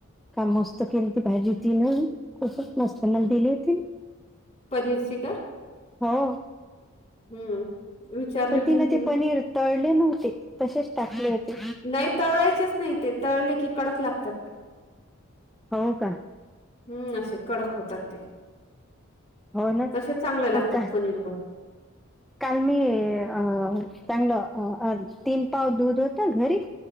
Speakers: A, in the centre; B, on the left (about 30°).
A: का मस्त केन त भाजी तीन खूच मस्त मला दिली होती
B: पनीर ची का?
A: हो.
B: हम्म. विचारली
A: पण
B: होती
A: तिनं
B: ना
A: ते पनीर तळले नव्हते तसेच टाकले होते.
B: नाही तळायचेच नाही ते तळले की कडक लागतात ते
A: हो काय
B: हम्म असे कडक होतात ते
A: हो ना
B: तसेच चांगले लागतात
A: हो का
B: पनीर बा
A: काल मी अ चांगलं तीन पाव दूध होता घरी